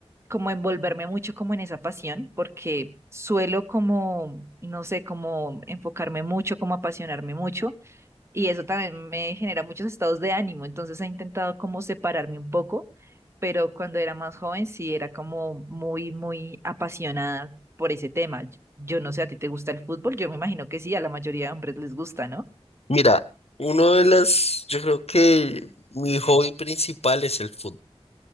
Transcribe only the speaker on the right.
como envolverme mucho como en esa pasión, porque suelo como, no sé, como enfocarme mucho, como apasionarme mucho, y eso también me genera muchos estados de ánimo, entonces he intentado como separarme un poco, pero cuando era más joven sí era como muy, muy apasionada por ese tema. Yo yo no sé, ¿a ti te gusta el fútbol? Yo me imagino que sí, a la mayoría de hombres les gusta, ¿no?